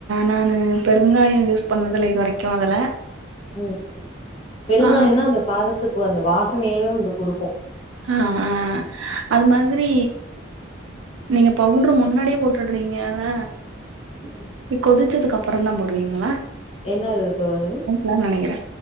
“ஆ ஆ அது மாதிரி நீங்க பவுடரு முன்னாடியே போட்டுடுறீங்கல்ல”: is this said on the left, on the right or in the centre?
Right